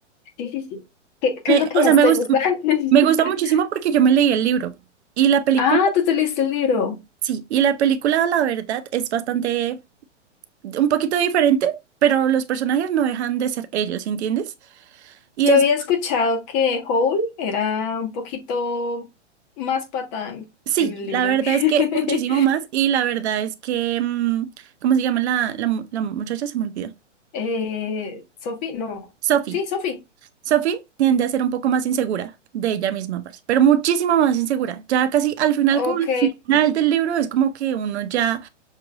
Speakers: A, on the left; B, on the right.
A: Sí, sí, sí. ¿Qué, qué
B: Me-
A: es lo que más
B: o sea, me
A: te
B: gusta,
A: gusta? <laughs>
B: me gusta muchísimo porque yo me leí el libro. Y la película,
A: Ah, tú te leíste el libro.
B: sí, y la película, la verdad, es bastante, un poquito diferente, pero los personajes no dejan de ser ellos, ¿entiendes? Y
A: Yo
B: es,
A: había escuchado que Hole era un poquito más patán
B: sí,
A: en el
B: la
A: libro
B: verdad
A: que
B: es que muchísimo más. Y la verdad es que, mm, ¿cómo se llama la, la mu- la muchacha? Se me olvidó.
A: <laughs> eh, Sophie, no.
B: Sophie.
A: Sí, Sophie.
B: Sophie tiende a ser un poco más insegura de ella misma, parce, pero muchísimo más insegura. Ya casi al final,
A: Ok,
B: como al final del libro, es como que uno ya,